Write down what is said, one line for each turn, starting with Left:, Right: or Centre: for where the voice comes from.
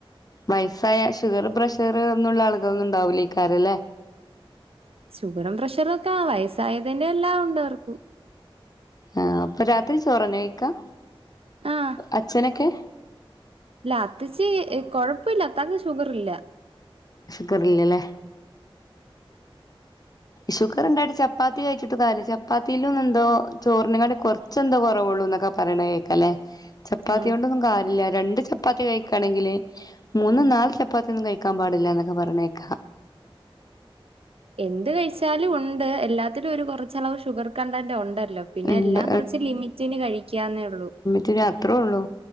Left: വയസ്സായ ഷുഗർ, പ്രഷർ ഒന്നുള്ള ആളുകളൊന്നും ഇണ്ടാവില്ലയ്ക്കാരിംലെ?
Right: ഷുഗറും പ്രഷറൊക്കെ വയസ്സായതിന്റെ എല്ലാം ഉണ്ട് അവർക്കും.
Left: ആഹ് അപ്പൊ രാത്രി ചോറെന്നെ കഴിക്ക
Right: ആഹ്
Left: അച്ഛനൊക്കെ?
Right: ഇല്ല അത്തച്ചി കൊഴപ്പല്ല അത്താക്ക്‌ ഷുഗർ ഇല്ല.
Left: ഷുഗറില്ലലെ? ഷുഗർ ഇണ്ടായിട്ട് ചപ്പാത്തി കഴ്‌ച്ചിട്ട് കല് ചപ്പാത്തിയിലും. എന്തോ ചോറിനെകാട്ടി കൊർ ച്ചെന്തോ കൊറവൊള്ളൂ എന്നൊക്കെ പറയണ കേൾക്കല്ലേ ചപ്പാത്തിയോണ്ടൊന്നും
Right: ഉം
Left: കാര്യല്ല രണ്ട് ചപ്പാത്തി കഴിക്കാണെങ്കില് മൂന്നും നാല് ചപ്പാത്തിയൊന്നും കഴിക്കാൻ പാടില്ല എന്നൊക്കെ പറീണേക്ക.
Right: എന്ത് കഴിച്ചാലുംഉണ്ട് എല്ലാത്തിലും ഒരു കോർച്ചളവ് ഷുഗർ കണ്ടെന്റ് ഉണ്ടല്ലോ? പിന്നെ
Left: ഉണ്ട്
Right: എല്ലാം കൊർച്ച് ലിമിറ്റിന് കഴിക്കാന്നേ ഒള്ളൂ.
Left: ത്തിന് അത്രേള്ളൂ